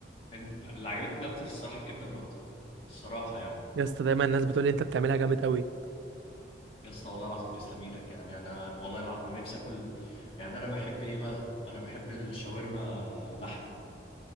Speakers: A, on the left; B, on the right.
A: انت- اللي عجبتني اكتر الصراحه الكبده برد الصراحه يعني
B: يا اسطى دايما الناس بتقول لي انت بتعملها جامد قوي
A: يا اسطى والله العظيم تسلم ايدك يعني انا والله الع... انا نفسي اكل يعني انا بحب ايه بقى انا بحب الشاورما لحمه